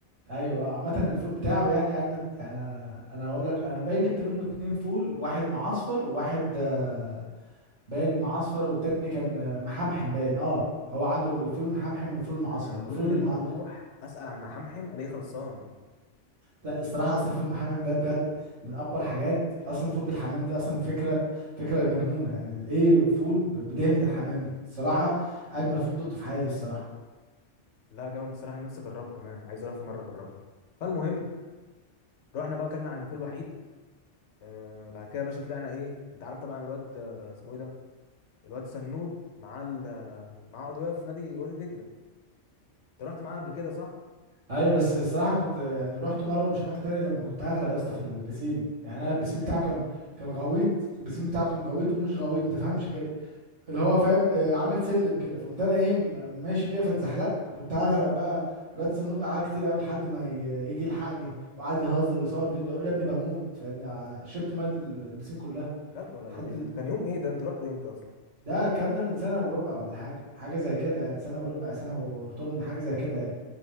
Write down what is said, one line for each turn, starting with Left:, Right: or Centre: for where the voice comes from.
Right: ايوه آه، عامة الفول بتاعه يعني اجمد يعني انا أنا هقول لك انا باين جبت منه اتنين فول واحد معصفر وواحد آه، باين معصفر والتاني كان آه، محمحم باين اه هو عنده الفول المحمحم والفول المعصفر
Left: انا كل
Right: الفول الم...
Left: ما اروح اسال عن محمحم الاقيه خلصان
Right: لا الصراحة اصلا الفول المحمحم ده بجد من اقوى الحاجات اصلا الفول بالحمام دي اصلا فكرة فكرة مجنونة يعني ايه فول ب- بدهنة الحمام دي الصراحة اجمل فول دقته في حياتي الصراحة
Left: لا جامد بصراحه أنا نفسي اجربه كمان عايز اروح في مره اجربه فالمهم رحنا بقى اكلنا عند فول وحيد آه بعد كده يا باشا طلعنا ايه انت عارف طبعا الواد آه، اسمه ايه ده الواد سنود معاه ال- معاه عضويه في نادي وادي دجله انت رحت معاه قبل كده صح
Right: ايوه بس الصراحه كنت يعني رحت مره مش هروح تاني لما كنت هغرق يا اسطى في البسين يعني انا
Left: ده ايه
Right: البسين
Left: ده
Right: بتاعه كان كان غويط البسين بتاعه كان غويط ومش غويط ما تفهمش كده اللي هو فاهم آه، عامل سلم كده فقمت انا ايه م- ماشي كده فاتزحلقت وكنت هغرق بقى الواد سنود قعد كتير قوي لحد ما ي- يجي يلحقني وقعد يهزر ويصور فيديو اقول له يا ابني بموت فاهمني ع- شربت ميه ال- البسين كلها
Left: بجد والله
Right: حد
Left: ال- ال- كان يوم ايه ده انت رحتوا امتى اصلا
Right: ده الكلام ده من سنه وربع ولا حاجه حاجه زي كده يعني سنه وربع سنه وثمن حاجه زي كده يعني